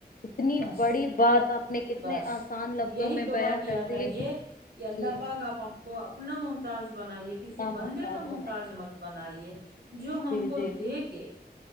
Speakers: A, on the left; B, on the right.
A: اتنی
B: بس
A: بڑی بات آپ نے کتنے
B: بس
A: آسان لفظوں
B: یہی
A: میں
B: دعا
A: بیاں
B: کیا
A: کر دی
B: کریے
A: ہے
B: کی اللہ
A: جی
B: اللہ پاک اپ ہم کو اپنا محتاج بنائیے کسی
A: نہ
B: بندے کا محتاج
A: بنائے
B: مت بنائیے جو ہم
A: جی
B: کو
A: جی
B: دے کے